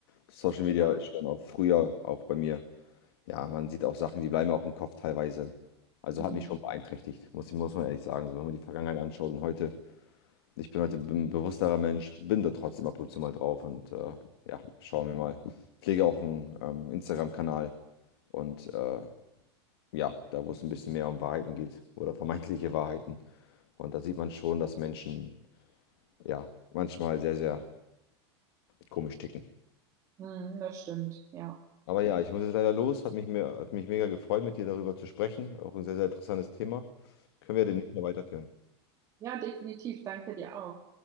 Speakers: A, on the left; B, on the right.
A: Social Media
B: genau.
A: ist schon auch früher auch bei mir. Ja, man sieht auch Sachen, die bleiben auch im Kopf teilweise. Also
B: Mhm.
A: hat mich schon beeinträchtigt, muss, muss man ehrlich sagen. So, wenn man die Vergangenheit anschaut und heute, ich bin heute ein bewussterer Mensch, bin da trotzdem ab und zu mal drauf und äh, ja, schauen wir mal. Pflege auch einen ähm, Instagram-Kanal und äh, ja, da wo es ein bisschen mehr um Wahrheiten geht oder vermeintliche Wahrheiten. Und da sieht man schon, dass Menschen ja manchmal sehr, sehr komisch ticken.
B: Mhm, das stimmt, ja.
A: Aber ja, ich muss jetzt leider los. Hat mich, mir, hat mich mega gefreut, mit dir darüber zu sprechen. Auch ein sehr, sehr interessantes Thema. Können wir demnächst mal weiterführen.
B: Ja, definitiv. Danke dir auch.